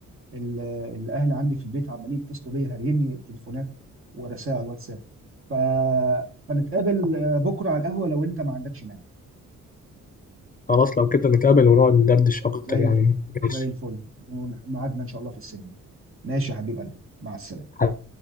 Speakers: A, on the right; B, on the left.
A: ال- الاهل عندي في البيت عمالين يتصلوا بيا هاريني تليفونات ورسائل على الواتساب ف... فنتقابل آه، بكره على القهوه لو انت ما عندكش مانع
B: خلاص لو كده نتقابل ونقعد ندردش أكتر
A: زي
B: يعني
A: الفل زي
B: ماشي
A: الفل ون- ميعادنا ان شاء الله في السينما ماشي يا حبيب قلبي مع السلامه يلا.
B: خلاص.